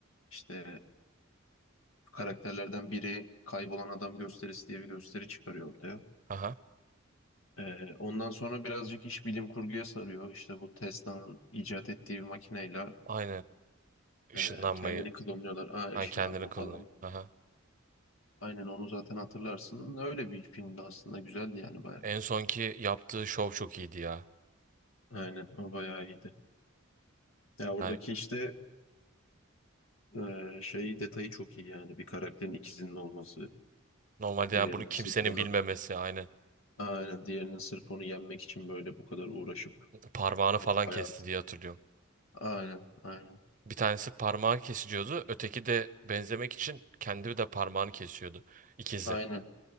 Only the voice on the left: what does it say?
İşte karakterlerden biri kaybolan adam gösterisi diye bir gösteri çıkarıyor ortaya.
E, ondan sonra birazcık iş bilim kurguya sarıyor. İşte bu Tesla'nın icat ettiği bir makineyle
e, kendini klonluyorlar. Aa, ışınlanma
falan.
Aynen onu zaten hatırlarsın. Öyle bir filmdi aslında güzeldi yani bayağı.
Aynen o bayağı iyiydi. Ya oradaki
işte e, şey detayı çok iyi yani bir karakterin ikizinin olması,
diğerinin
sırf onu
aynen diğerinin sırf onu yenmek için böyle bu kadar uğraşıp
hayatı.
Aynen aynen
aynen